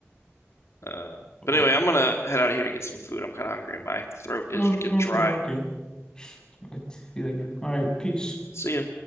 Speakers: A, on the left; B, on the left.
A: Uh, but
B: Oh,
A: anyway, I'm gonna head out of here to get some food. I'm kind of hungry. My throat is
B: oh,
A: getting
B: okay,
A: dry.
B: okay. I feel you. All right, peace.
A: See ya.